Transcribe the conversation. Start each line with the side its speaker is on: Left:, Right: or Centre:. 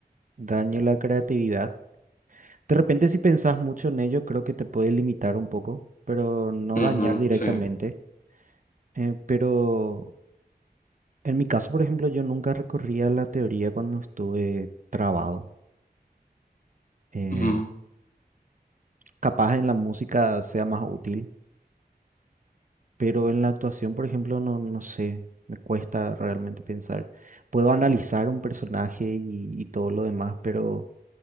Right: dañe la creatividad. De repente, si pensás mucho en ello, creo que te puede limitar un poco, pero no dañar
Left: Ujú,
Right: directamente.
Left: sí.
Right: Eh, pero en mi caso, por ejemplo, yo nunca recorría la teoría cuando estuve trabado. Eh,
Left: Ujú.
Right: capaz en la música sea más útil, pero en la actuación, por ejemplo, no, no sé, me cuesta realmente pensar. Puedo analizar un personaje y, y todo lo demás, pero